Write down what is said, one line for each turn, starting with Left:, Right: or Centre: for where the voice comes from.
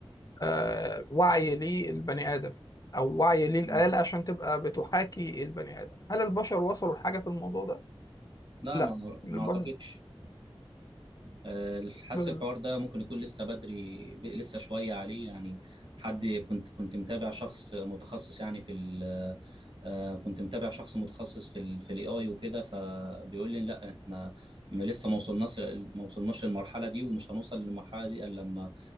Left: آه، وعي للبني ادم او وعي للاله
Right: مم.
Left: عشان تبقى بتحاكي البني ادم هل البشر وصلوا لحاجه في الموضوع ده
Right: لا
Left: لا
Right: ما
Left: البشر
Right: ما أعتقدش آه، حاسس
Left: بس
Right: الحوار ده ممكن يكون لسه بدري ب- لسه شوية عليه يعني حد كنت كنت متابع شخص متخصص يعني في ال آه، كنت متابع شخص متخصص في ال في الاي اي وكده فبيقول لي لا احنا م- لسه ما وصلناش ما وصلناش للمرحلة دي ومش هنوصل للمرحلة دي الا لما